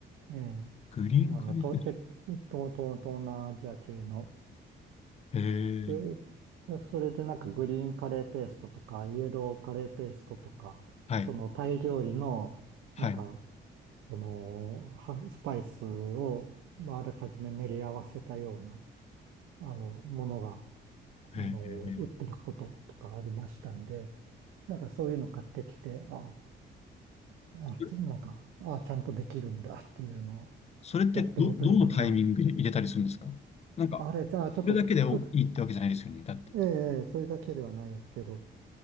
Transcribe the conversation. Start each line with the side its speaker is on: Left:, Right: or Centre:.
Right: ええ、
Left: グリーンカレーペースト。
Right: まああの、東、東、東、東南アジア系の、
Left: えー、
Right: グそれでなんかグリーンカレーペーストとか、イエローカレーペーストとか、
Left: はい。
Right: そのタイ料理の、
Left: はい。
Right: なんか、その、はスパイスを、まあ、あらかじめ練り合わせたような、あの、ものが、
Left: えー、
Right: あの、売ってることとかありましたんで、なんかそういうの買ってきて、ああ、
Left: それ
Right: ちなんか、ああ、ちゃんとできるんだっていうのを
Left: それってど、
Right: やってみたりとか、
Left: どのタイミングで入れたりするんですかなんか、
Right: あれ、じゃあ、ちょっと作る、
Left: それだけでおいいってわけじゃないですよね。だって。
Right: ええそれだけではないですけど、